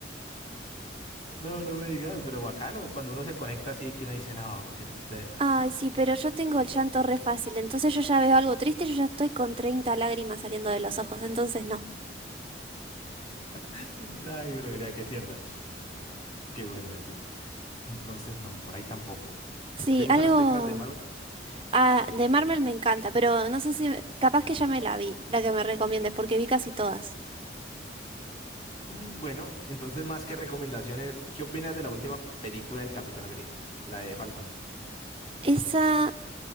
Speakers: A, on the left; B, on the right.
A: No, no me digas, pero bacano. Cuando uno se conecta así, que uno dice, no, qué tristeza.
B: Ay, sí, pero yo tengo el llanto re fácil, entonces yo ya veo algo triste, yo ya estoy con 30 lágrimas saliendo de los ojos, entonces no.
A: <laughs> Ay, pero mira, qué tierna. Qué bueno eso. Entonces, no, por ahí tampoco.
B: Sí,
A: ¿Te gustan
B: algo...
A: las películas de Marvel?
B: Ah, de Marvel me encanta, pero no sé si... Capaz que ya me la vi, la que me recomiendes, porque vi casi todas.
A: Mm, Bueno, entonces más que recomendaciones, ¿qué opinas de la última película del Capitán América? La de Falcon.
B: Esa...